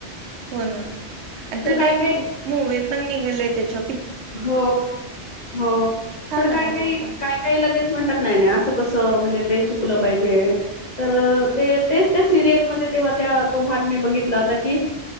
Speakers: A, on the right; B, on the left.
A: हो ना आता
B: पण काय
A: ते
B: काय
A: मूवी, पण निघाले त्यांच्या.
B: हो हो
A: छान
B: पणं
A: होता
B: कायं कायं
A: तो पण
B: कायं कायं लगेचं म्हणात नाहीं असं कसं म्हणजे ते चुकलं पाहिजे तरं तेचं त्यां सिरियल मध्यें तेव्हा त्या तो भाग मी बघितला होता, की